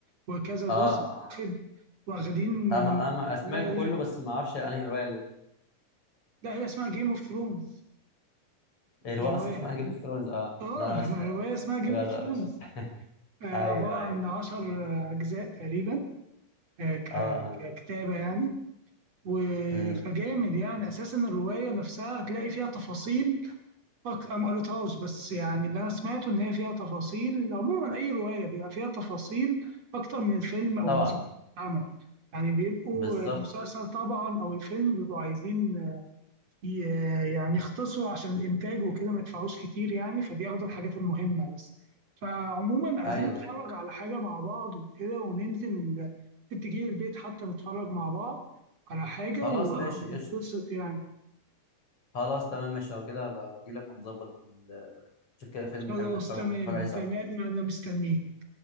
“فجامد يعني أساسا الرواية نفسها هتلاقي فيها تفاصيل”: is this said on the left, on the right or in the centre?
Right